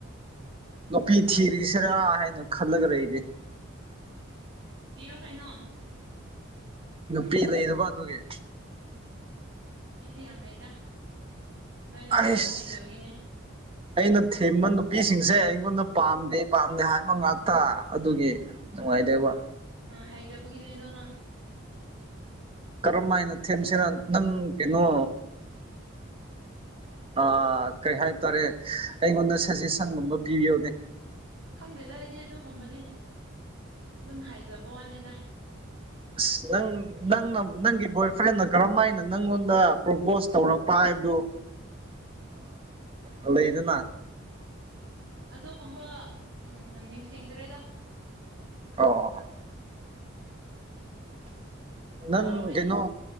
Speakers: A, on the right; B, on the right.
A: ꯅꯨꯄꯤ ꯊꯤꯔꯤꯁꯤꯔꯥ ꯍꯥꯏꯅ ꯈꯜꯂꯒ ꯂꯩꯔꯤ
B: ꯀꯤꯔꯣ ꯀꯩꯅꯣ
A: ꯅꯨꯄꯤ ꯂꯩꯔꯕ ꯑꯗꯨꯒꯤ
B: ꯅꯨꯄꯤꯗꯤ ꯌꯥꯝ ꯂꯩꯗ ꯅꯣꯏꯅ
A: ꯑꯩꯁ
B: ꯊꯤꯕ ꯍꯩꯇꯕꯒꯤꯅꯦ
A: <inaudible> ꯑꯩꯅ ꯊꯦꯝꯕ ꯅꯨꯄꯤꯁꯤꯡꯁꯦ ꯑꯩꯉꯣꯟꯗ ꯄꯥꯝꯗꯦ ꯄꯥꯝꯗꯦ ꯍꯥꯏꯕ ꯉꯥꯛꯇ ꯑꯗꯨꯒꯤ ꯅꯨꯡꯉꯥꯏꯗꯕ
B: ꯍꯩꯇꯕꯒꯤꯅꯦ ꯑꯗꯣ ꯅꯪ
A: ꯀꯔꯝ ꯍꯥꯏꯅ ꯊꯦꯝꯁꯤꯅ ꯅꯪ ꯀꯩꯅꯣ ꯑ ꯀꯩ ꯍꯥꯏꯇꯥꯔꯦ ꯑꯩꯉꯣꯟꯗ ꯁꯖꯦꯁꯟꯒꯨꯝꯕ ꯄꯤꯕꯤꯎꯅꯦ
B: ꯈꯪꯗꯦꯗꯏꯗꯤ ꯑꯗꯨꯒꯨꯝꯕꯗꯤ ꯑꯗꯨꯝ ꯍꯥꯏꯖꯕ ꯋꯥꯅꯤꯗ
A: ꯑꯁ ꯅꯪ ꯅꯪꯅ ꯅꯪꯒꯤ ꯕꯣꯏ ꯐ꯭ꯔꯦꯟꯅ ꯀꯔꯝ ꯍꯥꯏꯅ ꯅꯪꯉꯣꯟꯗ ꯄ꯭ꯔꯣꯄꯣꯁ ꯇꯧꯔꯛꯄ ꯍꯥꯏꯕꯗꯨꯣ ꯑ ꯂꯩꯗꯅ
B: ꯑꯗꯨꯒꯨꯝꯕ ꯎ ꯅꯤꯡꯁꯤꯡꯗ꯭ꯔꯦꯗ
A: ꯑꯣ ꯅꯪ
B: ꯀꯥꯎꯔꯦ
A: ꯀꯩꯅꯣ